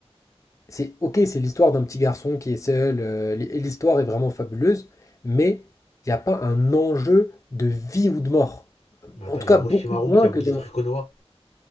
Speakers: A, on the left; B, on the left.
A: C'est ok, c'est l'histoire d'un petit garçon qui est seul, euh, l'hi- l'histoire est vraiment fabuleuse, mais il n'y a pas un enjeu de vie ou de mort.
B: Mais attends,
A: En tout
B: il y
A: cas,
B: a Orochimaru
A: beaucoup moins
B: qui a voulu
A: que dans.
B: détruire Konoha.